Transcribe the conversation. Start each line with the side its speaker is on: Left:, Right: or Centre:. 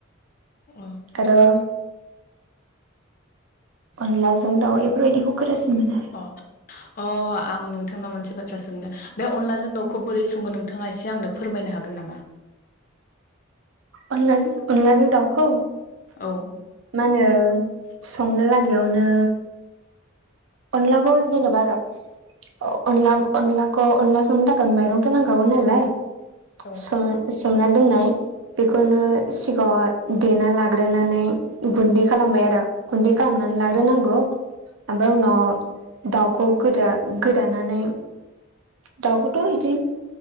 Left: अ
Right: आरो अनलाजों दाउ इफोरबायदिखौ गोथावसिन मोनो आरो।
Left: अ अ आं नोंथांनाव मोनसे बाथ्रा सोंनो बे अनलाजों दाउखौ बोरै सङो नोंथाङा एसे आंनो फोरमायनो हागोन नामा?
Right: अनला अनलाजों दाउखौ
Left: औ
Right: मा होनो संनो लागायावनो अनलाखौ जेन'बा र' अ-अनला अनलाखौ अनला संनो थाखाय मायरंथ' नांखागौ नालाय
Left: औ
Right: स-सोमना दोननाय बेखौनो सिगाङाव देना लाग्रोनानै गुन्दै खालामबाय आरो। गुन्दै खालामनानै लाग्रोनांगौ।
Left: औ
Right: ओमफ्राय उनाव दाउखौ गोदा गोदानानै दाउखौथ' इदि